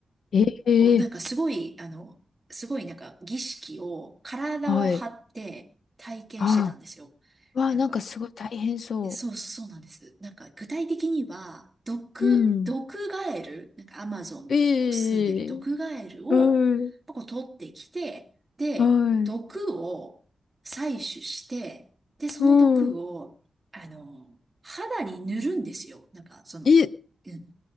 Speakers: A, on the left; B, on the right.
A: ええ
B: を、なんかすごい、あの、すごいなんか儀式を体を張って体験してたんですよ。
A: はい。ああ。わあ、
B: なんか、
A: なんかすごい大変そ
B: えそう、そうなんです。なんか具体的には、毒、
A: う。うん。
B: 毒ガエル、なんかアマゾンにこう住んでる毒ガエルをまあこう取ってきて、
A: ええはい。
B: で、
A: はい。
B: 毒を採取して、で、その毒を、
A: うん。
B: あの、肌に塗るんですよ。なんかその、
A: え、
B: うん、